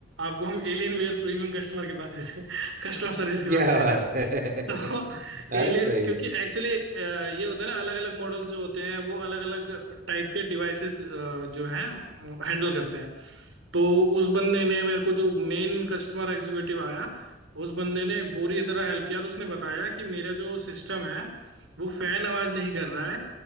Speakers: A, on the right; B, on the right.
A: आपको हम एलियन वेयर प्रीमियम कस्टमर के पास भेजेंगे कस्टमर सर्विस के
B: क्या
A: पास भेजेंगे
B: बात है <laughs>
A: तो एलियन
B: अरे सही
A: क्योंकि
B: है
A: एक्चुअली ये होता है ना अलग अलग मॉडल्स जो होते हैं वो अलग अलग टाइप के डिवाइसेस जो हैं हैंडल करते हैं तो उस बंदे ने मेरे को जो मेन कस्टमर एग्जीक्यूटिव आया उस बंदे ने पूरी तरह हेल्प किया और उसने बताया कि मेरा जो सिस्टम है वो फैन आवाज नहीं कर रहा है